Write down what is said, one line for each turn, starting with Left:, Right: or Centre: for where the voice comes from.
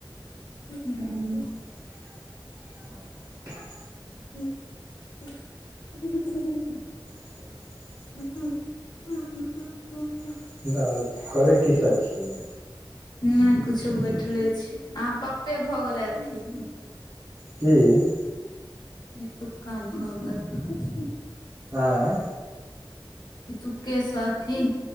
Left: <unintelligible>
Right: <unintelligible>
Left: <unintelligible>
Right: । <unintelligible>
Left: <unintelligible>
Right: <unintelligible> करे की सब छियै
Left: नै कछो बैठले छी आब पपे भऽ गेलै अथी
Right: की।
Left: एतुक्का भगत।
Right: आई
Left: एतुके सह एथिन